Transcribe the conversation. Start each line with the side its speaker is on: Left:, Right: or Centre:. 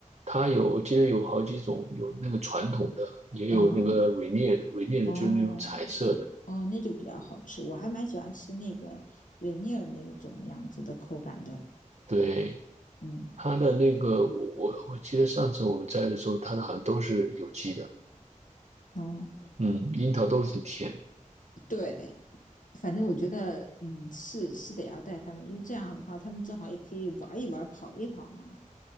Right: 它有，我记得有好几种，有那个传统的，也有那个
Left: 哦
Right: r a n i e 的 r a n i e
Left: 哦，
Right: 的就是那种彩色的。
Left: 就哦，那就比较好吃。我还蛮喜欢吃那个瑞尼尔那种样子的口感的。
Right: 对，
Left: 嗯
Right: 它的那个，我我我记得上次我们摘的时候，它的好像都是有机的，
Left: 哦，
Right: 嗯，樱桃都很甜。
Left: 对，反正我觉得，嗯，是是得要带他们，因为这样的话，他们正好也可以玩一玩、跑一跑嘛。